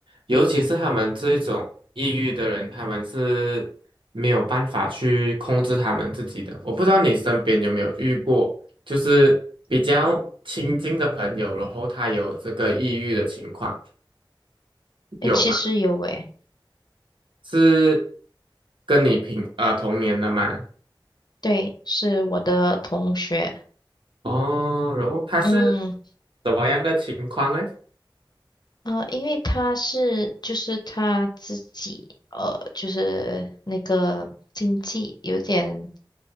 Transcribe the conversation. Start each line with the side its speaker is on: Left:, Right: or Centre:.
Right: 尤其是他们这种抑郁的人，他们是没有办法去控制他们自己的。我不知道你身边有没有遇过，就是比较亲近的朋友，然后他有这个抑郁的情况，
Left: 哎，
Right: 有吗？
Left: 其实有诶。
Right: 是跟你平呃同年的吗？
Left: 对，是我的同学。
Right: 哦，然后他是
Left: 嗯，
Right: 怎么样的情况呢
Left: 呃，因为他是就是他自己呃，就是那个经济有点